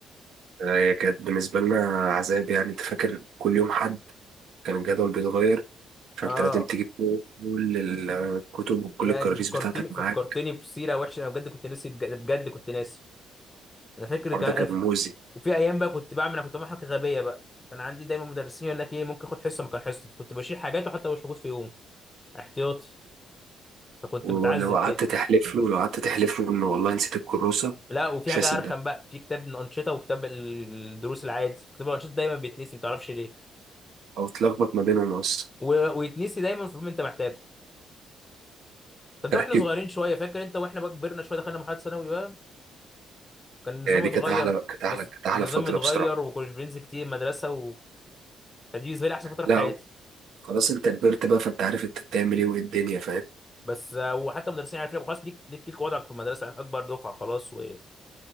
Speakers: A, on the right; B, on the left.
A: آه، هي كانت بالنسبة لنا عذاب يعني أنت فاكر كل يوم حد كان الجدول بيتغير فأنت
B: اه
A: لازم تجيب كل الكتب وكل
B: يا
A: الكراريس
B: انت فكرتني
A: بتاعتك معاك
B: فكرتني بسيره وحشه انا بجد كنت ناسي بجد بجد كنت ناسي انا فاكر
A: الحوار
B: كمان
A: ده كان
B: انا ف...
A: مؤذي
B: وفي ايام بقى كنت بعمل انا كنت بعمل حاجه غبيه بقى كان عندي دايما مدرسين يقول لك ايه ممكن اخد حصه مكان حصه فكنت بشيل حاجات وحتى مش موجود في يوم احتياطي فكنت
A: ولو
B: متعذب
A: قعدت
B: كده
A: تحلف له لو قعدت تحلف له إن والله نسيت الكروسة
B: لا وفي
A: مش
B: حاجه
A: هيصدقك
B: ارخم بقى في كتاب الانشطه وكتاب الدروس العادي كتاب الانشطه دايما بيتنسي ما تعرفش ليه
A: أو تلخبط ما بينهم أصلا
B: و- ويتنسي دايما في ما انت محتاجه طب
A: <laughs>
B: ده واحنا
A: طيب
B: صغيرين شويه فاكر انت واحنا بقى كبرنا شويه دخلنا مرحله ثانوي بقى كان النظام
A: يعني دي
B: اتغير
A: كانت أحلى كانت أحلى
B: بس
A: كانت أحلى
B: النظام
A: فترة
B: اتغير
A: بصراحة
B: وكناش بننزل كتير مدرسه وكانت دي بالنسبه لي احسن فتره في
A: لا
B: حياتي
A: خلاص أنت كبرت بقى فأنت عارف أنت بتعمل إيه وإيه الدنيا فاهم
B: بس آه، وحتى المدرسين عارفين لك خلاص ليك ليك ليك وضعك في المدرسه عارف اكبر دفعه خلاص وحتى